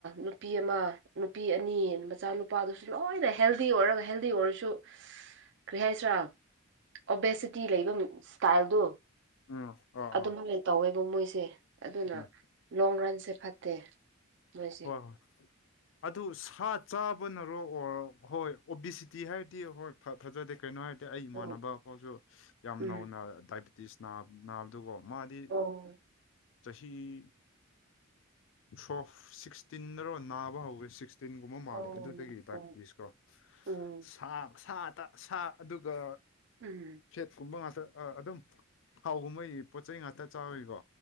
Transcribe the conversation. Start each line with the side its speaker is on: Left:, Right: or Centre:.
Right: ꯅꯨꯄꯤ ꯑꯃ ꯅꯨꯄꯤ ꯑꯅꯤ ꯃꯆꯥ ꯅꯨꯨꯄꯥꯗꯨꯁꯨ ꯂꯣꯏꯅ ꯍꯦꯜꯗꯤ ꯑꯣꯏꯔꯥꯒ ꯍꯦꯜ ꯗꯤ ꯑꯣꯏꯔꯥꯁꯨ ꯀꯔꯤ ꯍꯥꯏꯁꯤꯔꯥ ꯑꯣꯕꯦꯁꯤꯇꯤ ꯂꯩꯕ ꯁ꯭ꯇꯥꯢꯜꯗꯨ
Left: ꯎꯝ ꯑꯥ
Right: ꯑꯗꯨꯃꯥꯏꯅ
Left: ꯑꯥ
Right: ꯇꯧꯋꯦꯕꯥ ꯃꯣꯏꯁꯦ ꯑꯗꯨꯅ
Left: ꯎꯝ
Right: ꯂꯣꯡ ꯔꯟꯁꯦ ꯐꯠꯇꯦ ꯃꯣꯏꯁꯦ
Left: ꯍꯣꯏ ꯍꯣꯢ ꯑꯗꯨ ꯁꯥ ꯆꯥꯕꯅꯔꯣ ꯑꯣꯔ ꯍꯣꯏ ꯑꯣꯕꯤꯁꯤꯇꯤ ꯍꯥꯏꯔꯗꯤ ꯍꯣꯏ ꯐꯖꯥꯗꯦ ꯀꯩꯅꯣ ꯍꯥꯏꯗꯤ <inaudible> ꯑꯩ ꯏꯃꯥꯟꯅꯕ
Right: ꯎꯝ
Left: ꯈꯣꯢꯁꯨ ꯌꯥꯝ
Right: ꯎꯝ
Left: ꯅꯧꯅ ꯗꯥꯏꯕꯤꯇꯤꯁ ꯅꯥ ꯅꯥꯕꯗꯨꯀꯣ ꯃꯥꯗꯤ
Right: ꯑꯣ
Left: ꯆꯍꯤ ꯁꯣꯐ ꯁꯤꯛꯁ꯭ꯇꯤꯟꯅꯔꯣ ꯅꯥꯕ ꯍꯧꯋꯦ ꯁꯤꯛꯁ꯭ꯇꯤꯟꯒꯨꯝꯕ ꯃꯥꯜꯂꯦ
Right: ꯎꯝ
Left: ꯑꯗꯨꯗꯒꯤ ꯗꯥꯢꯕꯤꯇꯤꯁ
Right: ꯎꯝ ꯎꯝ
Left: ꯁꯥ ꯁꯥ ꯇꯥ ꯁꯥ ꯑꯗꯨꯒ
Right: ꯎꯝ
Left: ꯐꯦꯠꯀꯨꯝꯕ ꯉꯥꯛꯇ ꯑꯗꯨꯝ ꯊꯥꯎꯒꯨꯝꯕꯒꯤ ꯄꯣꯠ ꯆꯩ ꯉꯥꯛꯇ ꯆꯥꯕꯒꯤꯀꯣ